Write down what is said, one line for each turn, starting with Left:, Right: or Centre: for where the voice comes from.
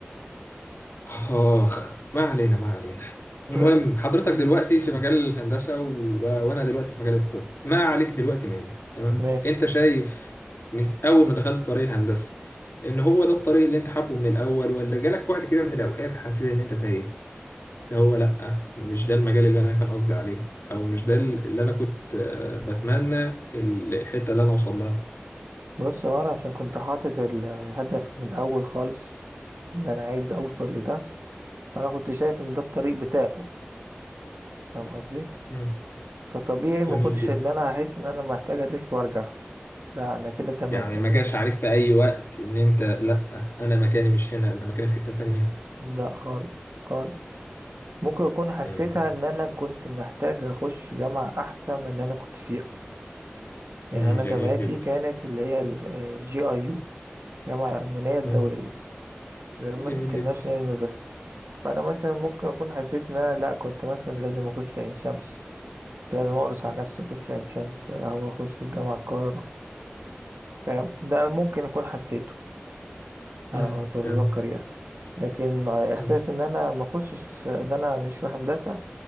Left: آخ ما علينا ما علينا المهم
Right: فعلا.
Left: حضرتك
Right: مم.
Left: دلوقتي في مجال الهندسة و... وأنا دلوقتي في مجال الطب ما عليك دلوقتي مني تمام
Right: ماشي
Left: أنت شايف من س- أول ما دخلت طريق الهندسة إن هو ده الطريق اللي أنت حابه من الأول ولا جالك وقت كده من الأوقات حسيت إن أنت تايه اللي هو لأ مش ده المجال اللي أنا كان قصدي عليه أو مش ده اللي أنا كنت آه، بتمنى ال- الحتة اللي أنا أوصل لها
Right: بص هو انا عشان كنت حاطط الهدف من اول خالص ان انا عايز اوصل لده فانا كنت شايف ان ده الطريق بتاعه فاهم قصدي
Left: مم.
Right: فطبيعي ما
Left: جميل
Right: كنتش
Left: جدا
Right: ان انا هحس ان انا محتاج الف وارجع لا انا كده تمام
Left: يعني
Right: انا
Left: ما جاش عليك في اي وقت ان انت لا انا مكاني مش هنا انا مكاني في حتة تانية
Right: لا خالص خالص ممكن اكون حسيتها
Left: مم.
Right: ان انا كنت محتاج اخش جامعة احسن من اللي انا كنت فيها يعني
Left: مم.
Right: انا
Left: جميل
Right: جامعتي
Left: جدا
Right: كانت اللي هي الجي اي يو الجامعة الألمانية الدولية
Left: مم.
Right: German
Left: جميل
Right: International
Left: جدا
Right: University فأنا مثلا ممكن أكون حسيت إن أنا لأ كنت مثلا لازم أخش عين شمس كنت لازم أقرص على نفسي أخش عين شمس أو أخش في الجامعة القاهرة فاهم ده ممكن أكون حسيته على
Left: مم.
Right: ما اتذكر
Left: فهمت
Right: يعني لكن احساس
Left: مم.
Right: ان انا ما اخشش ان انا مش في هندسه